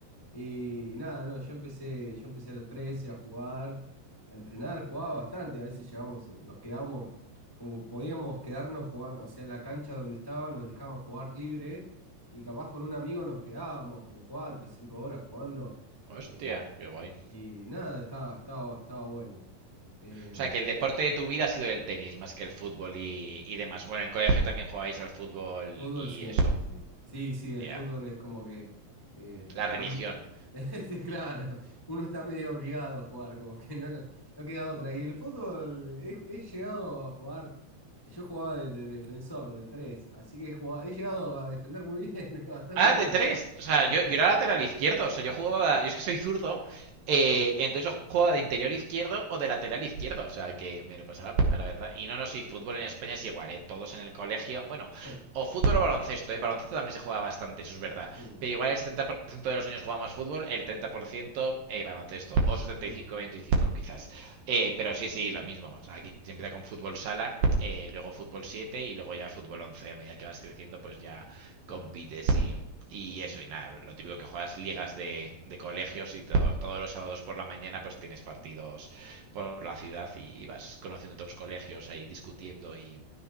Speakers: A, on the left; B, on the right.
A: Y nada, no, yo empecé, yo empecé a los 13 a jugar, a entrenar, jugaba bastante, a veces llegábamos, eh, nos quedábamos, como podíamos quedarnos jugando, o sea, en la cancha donde estaba nos dejaban jugar libre y capaz con un amigo nos quedábamos como cuatro o 5 horas jugando
B: Hostia,
A: eh,
B: qué guay.
A: y nada, estaba, estaba, estaba bueno. Em,
B: O sea, que el deporte de tu vida ha sido el tenis más que el fútbol y, y demás. Bueno, en el colegio también jugabais al fútbol
A: Fútbol
B: y
A: siempre,
B: eso.
A: sí. Sí, sí, el
B: Yeah.
A: fútbol es como que eh,
B: La
A: está-
B: religión.
A: <laughs> este, claro, uno está medio obligado a jugar, como que no, no no queda otra. Y el fútbol, he, he llegado a jugar, yo jugaba de, de defensor, de tres, así que he, jugado- he llegado a defender muy bien, <laughs> bastante
B: Ah,
A: bien,
B: de tres. O sea,
A: de
B: yo,
A: tres,
B: yo era lateral izquierdo. O sea, yo jugaba. Yo es que soy zurdo. eh,
A: sí.
B: entonces yo jugaba de interior izquierdo o de lateral izquierdo. O sea, que me lo pasaba pipa, la verdad. Y no, no, sí, fútbol en España es igual, ¿eh? Todos en el colegio. Bueno,
A: <laughs>
B: o fútbol o baloncesto, ¿eh? Baloncesto también se juega bastante, eso es verdad.
A: Mm,
B: Pero igual el 70% de los años jugamos fútbol, el 30% eh, baloncesto. O 75-25,
A: mm,
B: quizás. Eh, pero sí, sí, lo mismo. O sea, aquí se empieza con fútbol sala, eh, luego fútbol 7 y luego ya fútbol once A medida que vas creciendo, pues ya
A: claro.
B: compites y, y eso, y nada, lo típico que juegas ligas de, de colegios y to- todos los sábados por la mañana pues tienes partidos por la ciudad y vas conociendo otros colegios ahí discutiendo y,